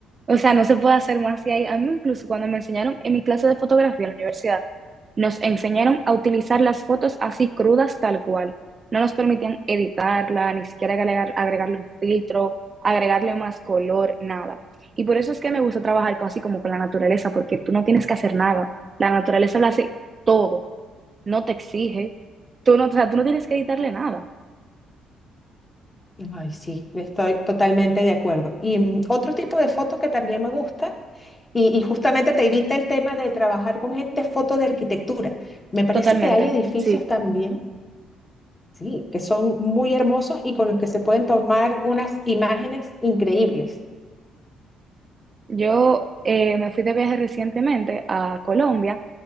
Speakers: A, on the right (about 35°); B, on the left (about 20°).
A: O sea, no se puede hacer más de ahí. A mí incluso cuando me enseñaron en mi clase de fotografía en la universidad, nos enseñaron a utilizar las fotos así crudas tal cual. No nos permitían editarla, ni siquiera agregar, agregarle un filtro, agregarle más color, nada. Y por eso es que me gusta trabajar casi como con la naturaleza, porque tú no tienes que hacer nada. La naturaleza lo hace todo, no te exige. Tú no, o sea, tú no tienes que editarle nada.
B: Ay, sí, yo estoy totalmente de acuerdo. Y mm, otro tipo de foto que también me gusta, y, y justamente te evita el tema de trabajar con gente, es foto de arquitectura. Me parece
A: Totalmente,
B: que hay edificios
A: sí.
B: también, sí, que son muy hermosos y con los que se pueden tomar unas imágenes increíbles.
A: Yo eh, me fui de viaje recientemente a Colombia